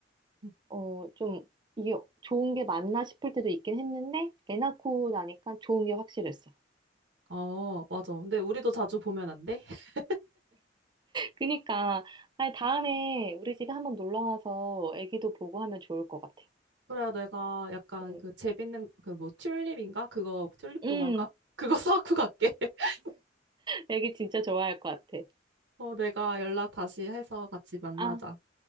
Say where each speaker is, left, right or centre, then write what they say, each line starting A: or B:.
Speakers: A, on the right; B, on the right.
A: 음,
B: 어, 좀 이게 좋은 게 맞나 싶을 때도 있긴 했는데, 애 낳고 나니까 좋은 게 확실했어.
A: 어, 맞아. 근데 우리도 자주 보면 안 돼? <laughs>
B: 그니까, 아니, 다음에 우리 집에 한번 놀러 와서 애기도 보고 하면 좋을 것 같아.
A: 그래, 내가 약간
B: 응.
A: 그 재밌는 그 뭐 튤립인가? 그거 튤립
B: 응,
A: 동화인가? 그거 <laughs> 사갖고 갈게. <laughs>
B: 애기 진짜 좋아할 것 같아.
A: 어, 내가 연락 다시 해서 같이 만나자.
B: 아,